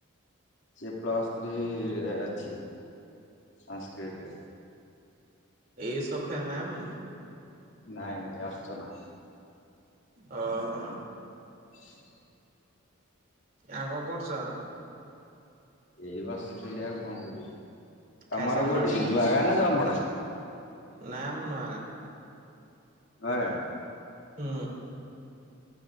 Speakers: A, on the left (about 55°); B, on the right (about 40°).
A: ସେ ପ୍ଲସ୍ ଥ୍ରୀ ରେ ଅଛି ସାଂସ୍କ୍ରିଟ୍ ରେ
B: ଏଇ ସଫେ ମ୍ୟାମ୍।
A: ନାଇଁ ନାଇଁ ଅର୍ଚନା।
B: ଓହୋ।
A: ହଁ
B: ଆଉ କଣ କରୁଛ?
A: ଏଇ ବସିଥିଲି ଆଉ କଣ କରିବି।
B: ଖାଇସାରିଲଣି
A: ତମର କୋଉଠି ନୂଆଗାଁ ନା ଜମପଡା?
B: ନାଇ ମୁ ନ
A: ନୂଆଗାଁ?
B: ହୁଁ।